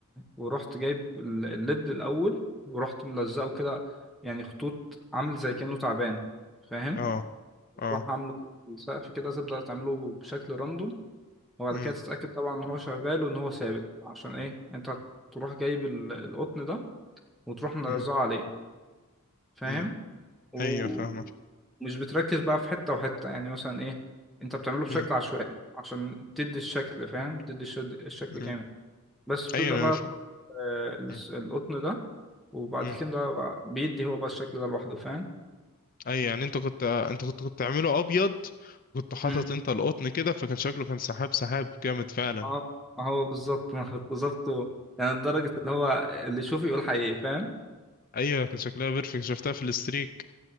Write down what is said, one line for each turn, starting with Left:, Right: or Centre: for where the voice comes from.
Centre: ورحت جايب ال- الليد الاول ورحت ملزقه كده يعني خطوط عامل زي كأنه تعبان فاهم
Left: اه اه
Centre: تروح عامله في السقف كده تبدأ تعمله بشكل راندوم وبعد
Left: امم
Centre: كده تتأكد طبعا ان هو شغال وان هو ثابت عشان ايه انت تروح جايب ال- القطن ده وتروح ملزقه
Left: امم
Centre: عليه فاهم
Left: امم
Centre: و...
Left: ايوه فاهمك
Centre: مش بتركز بقى في حتة وحتة يعني مثلا ايه انت بتعمله بشكل
Left: امم
Centre: عشوائي عشان تدي الشكل فاهم تدي الشد- الشكل كامل
Left: امم
Centre: بس بتبدأ
Left: ايوه انا
Centre: بقى
Left: فاهم
Centre: تحط آه، الس-
Left: امم
Centre: القطن ده وبعد
Left: امم
Centre: كده بقى بيدي هو بقى الشكل ده لوحده فاهم
Left: ايوه يعني انت كنت انت كنت كنت تعمله ابيض كنت حاطط
Centre: امم
Left: انت القطن كده فكان شكله كان سحاب سحاب جامد فعلا
Centre: ما ما هو بالظبط <laughs> ما هو بالظبط هو- يعني لدرجة اللي هو اللي يشوف يقول حقيقي فاهم
Left: ايوه كان شكلها بيرفكت شفتها في الاستريك